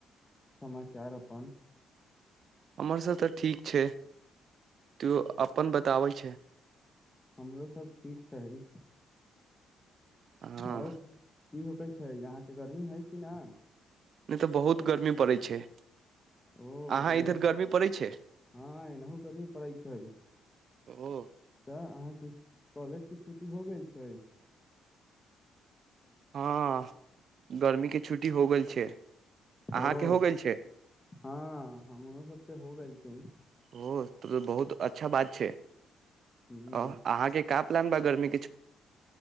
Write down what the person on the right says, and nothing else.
हमर सब तऽ ठीक छै तो अपन बताबै छै
हँ नहि
नहि तऽ बहुत गर्मी पड़ैत छै
अहाँ
इधर गर्मी पड़ै छै
ओ
हँ गर्मी के छुट्टी हो गेल छै अहाँके
हो गेल छै
ओ तऽ बहुत अच्छा बात छै
ओ अहाँके क प्ान बा गरमी